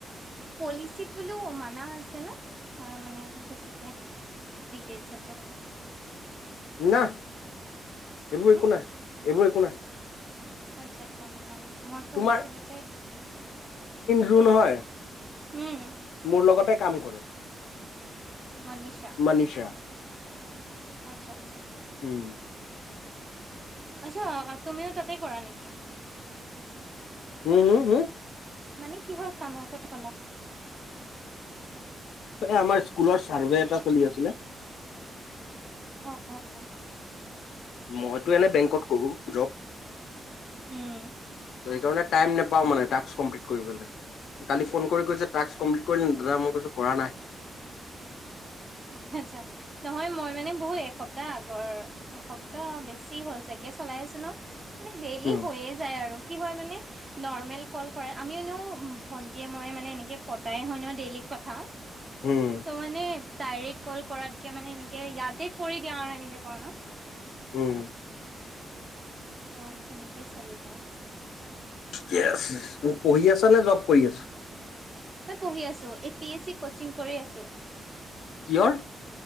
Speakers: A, on the right; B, on the left.
A: পলিচিত বোলো মানা আছে ন হা মানে বেছিক ডিকেইচত যাবতে
B: না এইবোৰ
A: হম
B: একো নাই এইবোৰ একো নাই
A: আচ্ছা আচ্ছা অম মই পঢ়িছিলো
B: তোমাৰ
A: যে তেতিয়া
B: কোন হয়
A: উম
B: মোৰ লগতে কাম কৰে
A: মনিচা
B: মানিষা
A: আচ্ছা আচ্ছা
B: উম
A: আচ্ছা তুমিও তাতে কৰা নেকি
B: উম হু হু
A: মানে কি হৰ কামৰ কথা কলা
B: আমাৰ স্কুলৰ চাৰ্ভে এটা চলি আছিলে
A: অ অ অ
B: মইতো এনে বেংকত কৰোঁ জব
A: উম
B: সেইকাৰণে টাইম নাপাওঁ মানে টাস্ক কমপ্লিট কৰিবলে কালি ফোন কৰি কৈছে টাস্ক কমপ্লিট কৰিলে দাদা মই কৈছোঁ কৰা নাই
A: আচা আচ্ছা নহয় মই মানে বহুত এসপ্তাহ আগৰ এসপ্তাহ বেছি হ'ল চাগে চলাই আছো ন মানে ডেইলি
B: উম
A: হৈয়ে যায় আৰু কি হয় মানে নেৰ্মেল কল কৰা আমি এনেঅ ভন্টিয়ে মই মানে এনেকে পতাই হয় ন ডেইলি কথা
B: উম
A: ত মানে তাইৰে কল কৰাতকে মানে এনেকে ইয়াতে কৰি দিয়া আৰু এনেকে কৰণত
B: উম
A: ত তেনেকে চলি যাই
B: ঠিকে আছে মোক পঢ়ি আছা নে জব কৰি আছা
A: এ পঢ়ি আছো A P S C coaching কৰি আছো
B: কিহৰ